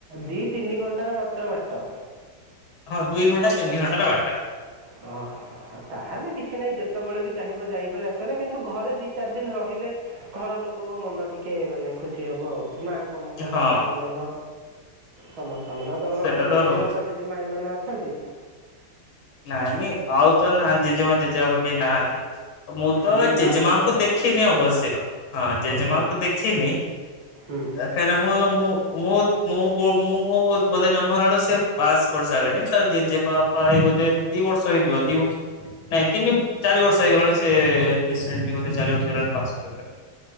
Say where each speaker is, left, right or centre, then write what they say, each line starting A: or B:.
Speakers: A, on the right (about 85°); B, on the left (about 90°).
A: ଦି ତିନି ଘଣ୍ଟାର ମାତ୍ର ବାଟ।
B: ହଁ ଦୁଇ ଘଣ୍ଟା ତିନି ଘଣ୍ଟା ର ବାଟ।
A: ଓହୋ ତାହେଲେ କିଛି ନାହିଁ ଯେତେବେଳେ ବି ଚାହିଁବ ଯାଇପାରେ ଆସାରେ କିନ୍ତୁ ଘରେ ଦି ଚାରି ଦିନ ରହିଲେ ଘରର ଲୋକଙ୍କ ମନ ଟିକେ ମାନେ ଖୁସି ହବ ଆଉ ମାଙ୍କ ଙ୍କ ମନ
B: ହଁ
A: ବାପାଙ୍କ ମନ ସମସ୍ତ ତମର ତମର
B: ସେଟା
A: ଘରେ
B: ତ
A: ଜେଜେ
B: ରହୁଛି।
A: ବାପ ଜେଜେ ମା ଏମାନେେ ଅଛନ୍ତି?
B: ନାଇଁ ଆଉ ତ ନାହାନ୍ତି ଜେଜେମା ଜେଜେ ବାପା କେହିଁ ନାହାନ୍ତି। ମୁଁ
A: ଖାଲି
B: ତ
A: ମା
B: ଜେଜେମାଙ୍କୁ
A: ବାପା
B: ଦେଖିନି ଅବଶ୍ୟ ହଁ ଜେଜେମାଙ୍କୁ
A: ଆଚ୍ଛା
B: ଦେଖିନି
A: ହୁଁ
B: କାହିଁକିନା ମୁଁ ମୁଁ ମୁଁ ମୁଁ ମୁଁ ବୋଧେ ଜନ୍ମ ହେଲା ବେଳକୁ ସ ସେଏ ପାସ୍ କରିସାରିଲେଣି ତେଜେ ବାପା ଏ ବୋଧେ ଦିଇ ବର୍ଷ ହେଇଥିବ ଦିଇ ବର୍ଷ ନାଇଁ ତିନି ଚାରି ବର୍ଷ ହେଇଗଲାଣି ସେ ରିସେଣ୍ଟଲି ବୋଧେ ଚାରି ବର୍ଷ ହେଲାଣି ପାସ୍ କରିଗଲେନି।